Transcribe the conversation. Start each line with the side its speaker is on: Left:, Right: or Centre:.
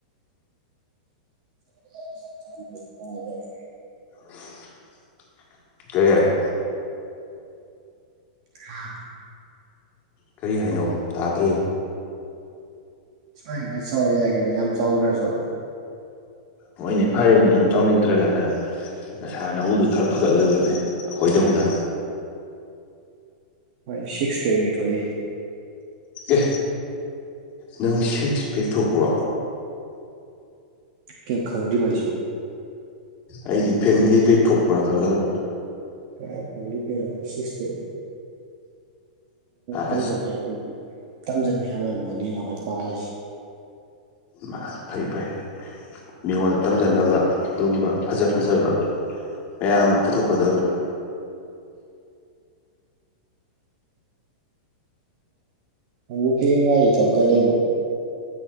Right: <unintelligible>
Left: <unintelligible> ꯀꯩ ꯍꯥꯏꯅꯣ
Right: ꯍꯥꯥ
Left: ꯀꯔꯤ ꯍꯥꯏꯅꯣ ꯇꯥꯗ꯭ꯔꯦ
Right: ꯁꯨꯃꯥꯏꯟ ꯈꯔ ꯆꯥꯎꯔ ꯌꯥꯏ ꯀꯩꯅꯣ ꯌꯥꯝ ꯆꯥꯎꯗ꯭ꯔꯁꯨ
Left: ꯍꯣꯏꯅꯦ ꯐꯔꯦꯅꯦ ꯌꯥꯝ ꯆꯥꯎꯅꯤꯡꯇ꯭ꯔꯒꯅ ꯅꯁꯥ ꯅꯎꯗꯨ ꯈꯔ ꯐꯒꯠꯍꯜꯂꯨꯅꯦ ꯑꯈꯣꯏꯗꯧꯅ
Right: ꯈꯣꯏ ꯁꯤꯛꯁ ꯄꯦꯛꯅꯤ ꯊꯣꯛꯏ
Left: ꯑꯦ ꯅꯪ ꯁꯤꯛꯁ ꯄꯦꯛ ꯊꯣꯛꯕ꯭ꯔꯣ
Right: ꯀꯦꯝ ꯈꯪꯗ꯭ꯔꯤꯕꯨ ꯍꯥꯏꯁꯤꯕꯨ
Left: ꯑꯩꯗꯤ ꯐꯦꯃꯤꯂꯤ ꯄꯦꯛ ꯊꯣꯛꯄ꯭ꯔꯥ ꯈꯜꯂꯒ
Right: <unintelligible> ꯁꯤꯛꯁ ꯄꯦꯛ ꯇꯝꯖꯅꯦꯌꯦ
Left: ꯑꯁ
Right: ꯑꯣꯏꯕꯨ ꯇꯝꯖꯅꯤꯡꯉꯥꯏ ꯑꯩ ꯕꯣꯗꯤꯅꯦ ꯑꯩꯈꯣꯏ ꯄꯥꯜꯂꯤꯁꯤ
Left: ꯃꯥꯠ ꯐꯩ ꯐꯩ ꯃꯤꯉꯣꯟꯗ ꯇꯝꯖꯅꯕ ꯑꯗꯨꯒꯨꯝꯕ ꯐꯖ ꯐꯖꯕ ꯃꯌꯥꯝ ꯑꯃ ꯄꯨꯊꯣꯛꯀꯗꯕꯅꯤ
Right: ꯑꯃꯨꯛ ꯍꯥꯏꯌꯦꯡ ꯉꯥꯏꯔꯤ ꯊꯕꯛꯀ ꯂꯩꯕꯣ